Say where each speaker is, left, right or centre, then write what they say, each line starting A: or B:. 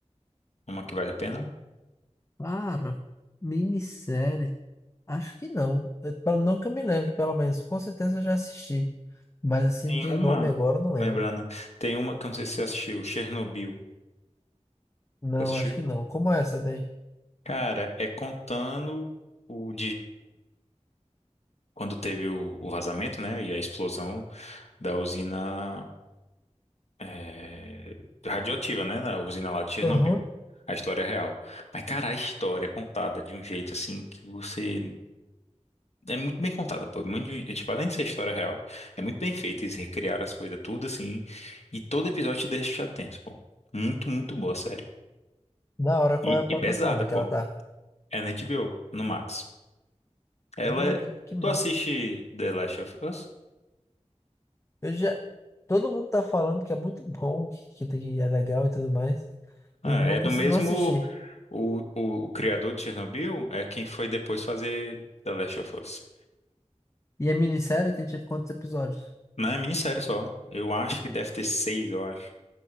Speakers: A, on the left; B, on the left.
A: Uma que vale a pena?
B: Para, minissérie. Acho que não. Eu, pelo- não que eu me lembre, pelo menos. Com certeza eu já assisti. Mas assim,
A: Tem
B: de
A: uma,
B: nome agora eu não lembro.
A: lembrando, tem uma que eu não sei se você assistiu, Chernobyl.
B: Não,
A: Você assistiu?
B: acho que não. Como é essa daí?
A: Cara, é contando o, quando teve o, o vazamento, né, e a explosão da usina eh, radioativa, né, da usina lá de Chernobyl.
B: Aham.
A: A história é real. Mas, cara, a história é contada de um jeito assim que você. É muito bem contada, pô. Muito, de- tipo, além de ser história real, é muito bem feita. Eles recriaram as coisas tudo assim. E todo episódio te deixa tenso, pô. Muito, muito boa a série.
B: Da hora, qual
A: E,
B: é a plataforma
A: e pesada, pô.
B: que ela tá?
A: É na HBO, no Max. Ela
B: Ah,
A: é.
B: que, que massa.
A: Tu assiste The Last of Us?
B: Eu já, todo mundo tá falando que é muito bom, que, que tem- que é legal e tudo mais.
A: Ah,
B: Eu ainda
A: é
B: não consegui,
A: do mesmo.
B: não assisti.
A: O, o, o criador de Chernobyl é quem foi depois fazer The Last of Us.
B: E a minissérie tem tipo quantos episódios?
A: Não é minissérie só. Eu acho que deve ter seis, eu acho.